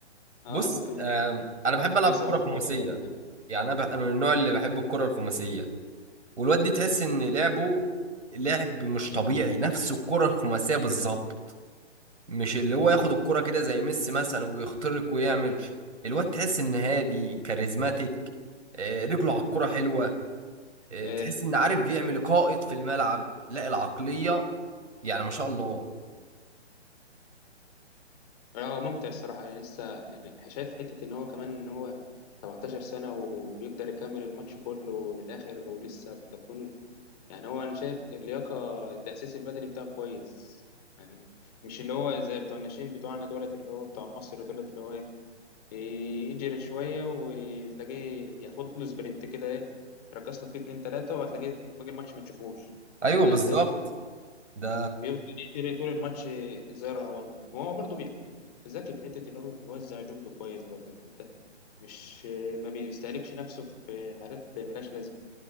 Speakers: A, on the left; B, on the right.
A: اه
B: بص
A: ممكن
B: آم، انا بحب العب
A: الاصابات
B: كره خماسيه
A: برضه ولا حاجه
B: يعني انا بح- أنا من النوع اللي بحب الكره الخماسيه والواد دي تحس ان لعبه لعب مش طبيعي نفس الكره الخماسيه بالظبط مش اللي هو ياخد الكره كده زي ميسي مثلا ويخترق ويعمل الواد تحس ان هادي كاريزماتيك آه، رجله على الكره حلوه آه،
A: آه،
B: تحس ان عارف بيعمل قائد في الملعب لا العقليه يعني ما شاء الله
A: لا هو ممتع الصراحة يعني لسه يعني شايف حتة إن هو كمان إن هو 17 سنة ويقدر يكمل الماتش كله للآخر ولسه بتكون يعني هو أنا شايف اللياقة التأسيس البدني بتاعه كويس يعني مش اللي هو زي بتوع الناشئين بتوعنا دولت اللي هو بتوع مصر دولت اللي هو إيه يجري شوية وتلاقيه ياخد له سبرنت كده إيه تركز له فيه اتنين تلاتة وهتلاقيه باقي الماتش ما تشوفوش
B: ايوه
A: لا
B: بالظبط
A: ده
B: ده
A: بيفضل يجري طول الماتش زي الرهوان وهو برضه بي- ذكي في حته اللي هو بيوزع جهده كويس برضه يعني انت مش ما بيستهلكش نفسه في حاجات ملهاش لازمه